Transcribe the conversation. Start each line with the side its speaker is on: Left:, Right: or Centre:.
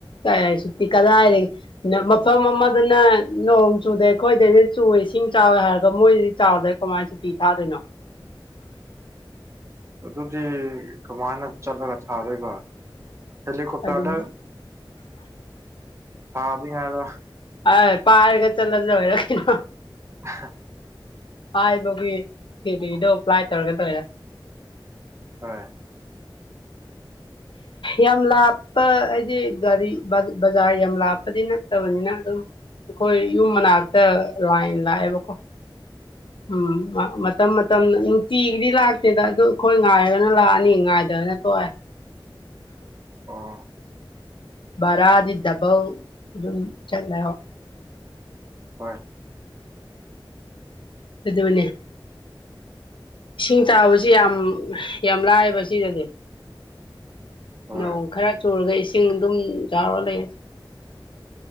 Left: ꯀꯔꯥꯏ ꯁꯨꯇꯤ ꯀꯗꯥꯗꯩ ꯅ ꯃꯐꯝ ꯑꯃꯗꯅ ꯅꯣꯡ ꯆꯨꯗꯦ ꯑꯩꯈꯣꯏꯗꯩꯗꯤ ꯆꯨꯏ ꯏꯁꯤꯡ ꯆꯥꯎꯋꯦ ꯍꯥꯏꯕ ꯃꯣꯏꯗꯤ ꯆꯥꯎꯗ ꯀꯃꯥꯏ ꯁꯨꯇꯤ ꯊꯥꯗꯣꯏꯅꯣ
Right: ꯑꯗꯨꯗꯤ ꯀꯃꯥꯏꯅ ꯆꯠꯂꯒ ꯊꯥꯗꯣꯏꯕ ꯇꯜꯂꯤ ꯀꯨꯠꯇꯥꯇ
Left: ꯑꯗꯨꯝ
Right: ꯁꯥꯗꯤꯉꯗ
Left: ꯑ ꯄꯥꯏꯔꯒ ꯆꯠꯂꯗ ꯑꯣꯏꯔ ꯀꯩꯅꯣ
Right: <unintelligible>
Left: ꯍꯥꯏꯕꯒꯤ ꯊꯤꯜꯂꯤꯗꯣ ꯄ꯭ꯂꯥꯏ ꯇꯧꯔꯒ ꯇꯧꯔ
Right: ꯍꯣꯏ
Left: ꯌꯥꯝ ꯂꯥꯞꯄ ꯍꯥꯏꯗꯤ ꯒꯥꯔꯤ ꯕꯖꯥꯔ ꯌꯥꯝ ꯂꯥꯞꯄꯗꯤ ꯅꯠꯇꯕꯅꯤꯅ ꯑꯗꯨꯝ ꯑꯩꯈꯣꯏ ꯌꯨꯝ ꯃꯅꯥꯛꯇ ꯂꯥꯏꯅ ꯂꯥꯛꯑꯦꯕꯀꯣ ꯎꯝ ꯃꯇꯝ ꯃꯇꯝꯅ ꯅꯨꯡꯇꯤꯒꯤꯗꯤ ꯂꯥꯛꯇꯦꯗ ꯑꯗꯨ ꯑꯩꯈꯣꯏ ꯉꯥꯏꯔꯒꯅ ꯂꯥꯛꯑꯅꯤ ꯉꯥꯏꯗꯒꯅ ꯇꯣꯛꯑꯦ
Right: ꯑꯣ
Left: ꯕꯔꯥꯗꯤ ꯗꯕꯜ ꯑꯗꯨꯝ ꯆꯠꯂꯣ
Right: ꯍꯣꯏ
Left: ꯑꯗꯨꯗꯕꯅꯦ ꯏꯁꯤꯡ ꯇꯥꯕꯁꯤ ꯌꯥꯝ ꯌꯥꯝ ꯂꯥꯏꯑꯕ ꯁꯤꯗꯗꯤ
Right: ꯍꯣꯏ
Left: ꯅꯣꯡ ꯈꯔ ꯆꯨꯔꯒ ꯏꯁꯤꯡ ꯑꯗꯨꯝ ꯆꯥꯎꯔ ꯂꯩ